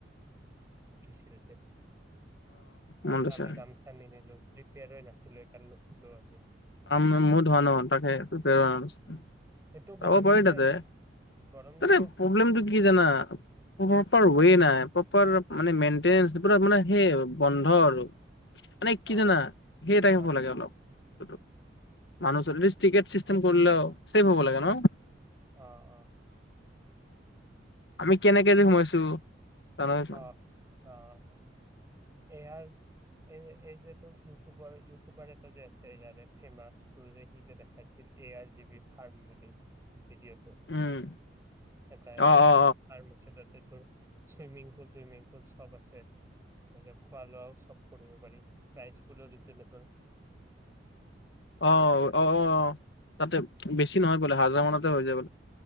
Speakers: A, on the right; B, on the left.
A: ছে
B: মনত
A: আমি
B: আছে
A: গামোছা নিনিলো প্ৰিপেয়াৰ হৈ নাছিলোঁ সেইকাৰণে নিনিছিলোঁ আমি
B: তাৰমানে মইয়ো ধোৱা ন তাকে প্ৰিপেয়াৰ হোৱা নাছিলো
A: সেইটো
B: চাব
A: গৰম
B: পাৰি
A: দিনে
B: তাতে
A: আছিল
B: অ
A: গৰম দিনে
B: তাতে
A: আছিল
B: প্ৰব্লেমটো কি জানা প্ৰপাৰ
A: অ
B: একোৱে নাই প্ৰপাৰ মানে মেই তেতিয়া পোৰা মানে সেই বন্ধ আৰু মানে কি
A: অ
B: জানা
A: অ
B: সেই টাইপৰ
A: অ
B: লাগে অলপ মানু টিকট চিষ্টেম কৰিলেও চেইফ হব লাগে ন
A: আহ আহ
B: আমি কেনেকে যে সোমাইছো জানচোন
A: আহ আহ এয়াৰ এই এই যে তোৰ ইউটিউবৰ ইউটিউবাৰ এটা যে আছে ইয়াৰে ফেমাচ যে সি যে দেখাইছিল A R G B farm বুলি ভিডিঅ'টো
B: উম
A: এটা
B: অ
A: A R
B: O
A: G B farm আছে তাতে চোইমিং পুল চুইমিং পুল চব আছে তাৰপিছত খোৱা লোৱাও চব কৰিব পাৰি প্ৰাইচবুলো ৰিজেনেবল
B: অ অ অ তাতে বেছি নহয় বোলে হাজাৰ মানত হৈ যাব